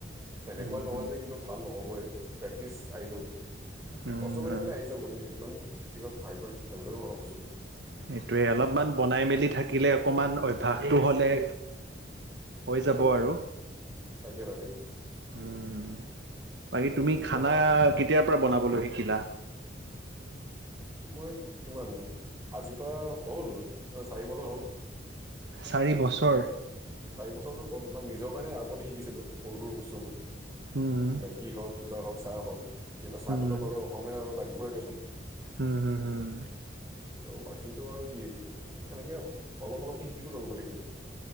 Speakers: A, on the right; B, on the right.
A: সেনেকুৱা
B: উম,
A: নহয় যে কি ক ভাল নহবয় প্ৰেক্টিচ আহি যাব।
B: উম,
A: কষ্ট কৰি কেলে আহি যাব দেই ইমান কি কয় ভ ভাবিবলৈ নহয় বস্তুটো
B: এইটোয়ে অলপমান বনাই মেলি থাকিলে অকমান অভ্যাসটো হয় যাই হৈ
A: সেইটোৱে
B: যাব আৰু
A: তাকে তাকে
B: উম বাকী তুমি খানা
A: বাৰু
B: কেতিয়া বনাবলৈ শিকিলা
A: মই কিমান আজিৰ পৰা হ'ল চাৰি বছৰ হ'ল
B: চাৰি বছৰ
A: চাৰি বছৰটো হ'ল মই নিজৰ কাৰণে আগতে শিকিছিলোঁ সৰু সৰু বস্তুবোৰ
B: উম,
A: মেগী হওক কিবা হওক চাহ হওঁক কিবা চাহটোতো
B: উম,
A: বাৰু অসমীয়া আৰু লাগিবই দিয়াচোন
B: উম হম হম
A: চ' বাকীতটো আৰু কি সেনেকে অলপ অলপকে শিকি গ'লো আৰু গোটেইখিনি